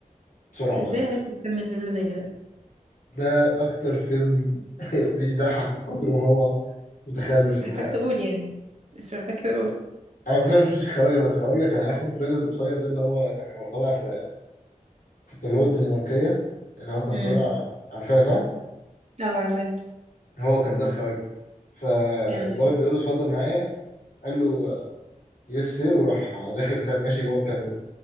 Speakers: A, on the left; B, on the right.
A: بسرعه
B: ازاي
A: بقى كده
B: عرفت
A: يعني
B: تكمل فيلم زي ده
A: ده اكتر فيلم <laughs> بيضحك من كتر ما هو متخلف
B: مش
A: في
B: محتاج
A: الحياه
B: تقول يعني مش محتاج تقول
A: انا فاهم مفيش خواجه بقى الخواجه كان عارف انت الراجل القصير ده اللي هو كان طالع في في التجربه الدنماركيه اللي هو كان
B: امم
A: طالع عارفاه صح
B: اه عارفة
A: هو كان ده الخواجه فالظابط
B: يعني
A: بيقول له اتفضل معايا قال له يس سير وراح داخل خ- ماشي جوه الكاميرا